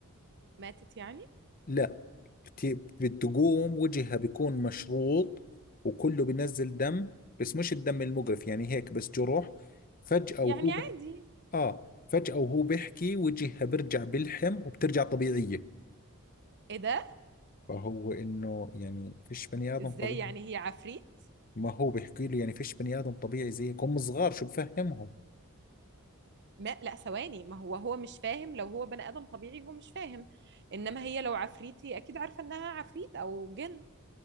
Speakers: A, on the right; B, on the left.
A: ماتت يعني
B: لا كتير بتقوم وجهها بيكون مشروط وكله بينزل دم بس مش الدم المجرف يعني هيك بس جروح فجأة
A: يعني
B: وهو بح...
A: عادي
B: اه فجأة وهو بيحكي وجهها بيرجع بيلحم وبترجع طبيعية
A: ايه ده
B: فهو انه يعني فيش بني ادم
A: ازاي
B: طبيعي
A: يعني هي عفريت
B: ما هو بيحكي له يعني فيش بني ادم طبيعي زيك هم صغار شو بفهمهم
A: ما لا ثواني ما هو هو مش فاهم لو هو بني ادم طبيعي هو مش فاهم انما هي لو عفريتي اكيد عارفة انها عفريت او جن